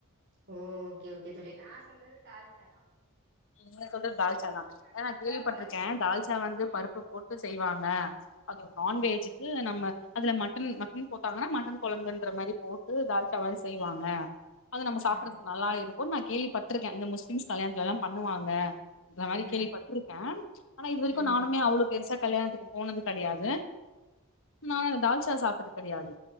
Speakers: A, on the right (about 55°); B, on the left (about 65°).
A: ஓ ஓகே ஓகே தோழி நான் சொல்றது தால்சா தா
B: நீங்க சொல்றது தால்சா தான் ஏ
A: சிம்பிளா
B: நான் கேள்விப்பட்டிருக்கேன்
A: கொழம்பு
B: தால்சா வந்து
A: ம்
B: பருப்பு போட்டு செய்வாங்க ஆ அது ஒரு நான்வேஜ்க்கு
A: ம்
B: நம்ம அதுல மட்டன் மட்டன் போட்டாங்கன்னா மட்டன் கொழம்புன்ற மாறி போட்டு தால்சா மாறி செய்வாங்க அது நம்ம
A: ம்
B: சாப்பட்றதுக்கு நல்லா இருக்கும் <unintelligible> நான் கேள்விப்பட்டிருக்கேன் இந்த முஸ்லிம்ஸ் கல்யாணத்துலலாம் பண்ணுவாங்க அந்த மாறி
A: ம்
B: கேள்விப்பட்ருக்கேன் ஆனா இது வரைக்கும்
A: ம்
B: நானுமே அவ்ளோ பெருசா கல்யாணத்துக்கு போனது கெடயாது நா தால்சா சாப்ட்டது கெடையாது